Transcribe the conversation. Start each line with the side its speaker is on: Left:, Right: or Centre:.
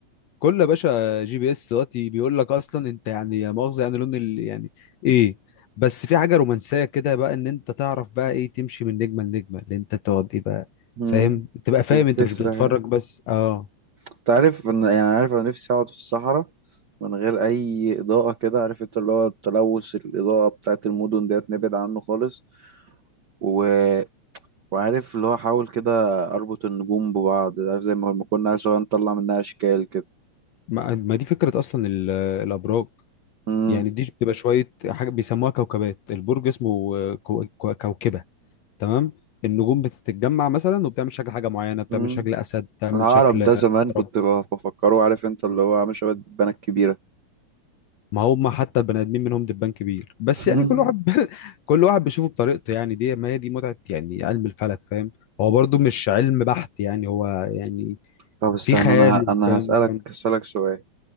Left: كل يا باشا جي بي اس دلوقتي بيقول لك اصلا انت يعني يا مؤاخذه يعني لون ال... يعني ايه بس في حاجه رومانسيه كده بقى ان انت تعرف بقى ايه تمشي من نجمه لنجمه اللي انت تقعد ايه بقى
Right: امم
Left: فاهم تبقى فاهم انت
Right: تسرح
Left: مش بتتفرج
Right: يعني
Left: بس اه
Right: انت عارف ان يعني عارف انا نفسي اقعد في الصحراء من غير اي اضاءه كده عارف انت اللي هو التلوث الاضاءه بتاعت المدن ديت نبعد عنه خالص و... وعارف اللي هو حاول كده اربط النجوم ببعض عارف زي ما لما كنا سوا نطلع منها اشكال كده
Left: ما ما دي فكرة أصلا ال- الأبراج
Right: امم
Left: يعني دي بتبقى شوية حاجة بيسموها كوكبات البرج اسمه كو- كو- كوكبة تمام النجوم بتتجمع مثلا وبتعمل شكل حاجة معينة بتعمل
Right: امم
Left: شكل أسد بتعمل
Right: العقرب
Left: شكل
Right: ده زمان
Left: عقرب
Right: كنت ب- بفكره عارف انت اللي هو عامل شبه الدبانه الكبيره
Left: ما هم حتى البني آدمين منهم دبان كبير بس
Right: <laughs>
Left: يعني كل واحد <laughs> كل واحد بيشوفه بطريقته يعني دي ما هي دي متعة يعني علم الفلك فاهم هو برضو مش علم بحت يعني هو يعني
Right: طب استنى
Left: في خيال
Right: انا ه...
Left: وفاهم
Right: انا هسالك
Left: وفاهم
Right: هسالك سؤال